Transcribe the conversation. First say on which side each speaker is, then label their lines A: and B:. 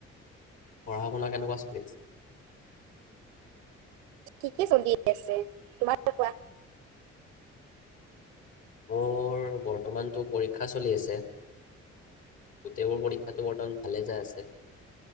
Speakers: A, on the left; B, on the right.
A: পঢ়া-শুনা কেনেকুৱা চলি আছে।
B: ঠিকে চলি আছে তোমাৰ কোৱা?
A: মোৰ বৰ্তমানতটো পৰীক্ষা চলি আছে। গোটেইবোৰ পৰীক্ষাতটো বৰ্তমান ভালে যাই আছে